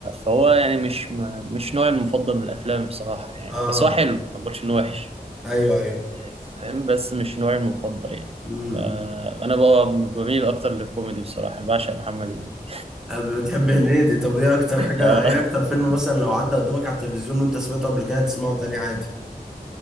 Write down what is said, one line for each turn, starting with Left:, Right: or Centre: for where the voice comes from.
Right: فهو يعني مش ما- مش نوعي المفضل من الافلام بصراحه يعني
Centre: اه
Right: بس هو حلو ما بقولش انه وحش
Centre: ايوه ايوه
Right: يعني فاهم بس مش نوعي المفضل يعني
Centre: امم
Right: فانا بقى بميل اكتر للكوميدي بصراحه بعشق محمد هنيدي
Centre: بتحب هنيدي طب ايه اكتر حاجه
Right: آه،
Centre: ايه اكتر فيلم
Right: <laughs>
Centre: مثلا لو عدى قدامك على التلفزيون وانت سمعته قبل كده تسمعه تاني عادي